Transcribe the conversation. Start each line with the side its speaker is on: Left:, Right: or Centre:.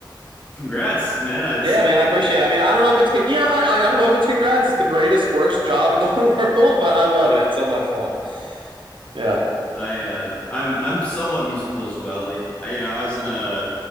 Left: Congrats, man. I,
Right: Yeah, man, I appreciate it. I mean, I don't know if it's con- yeah, I, I don't know if it's congrats. It's the greatest worst job in the <laughs> world, but I love it. It's so much fun. Yeah.
Left: I, uh, I'm, I'm somewhat musical as well. I, you know, I was in a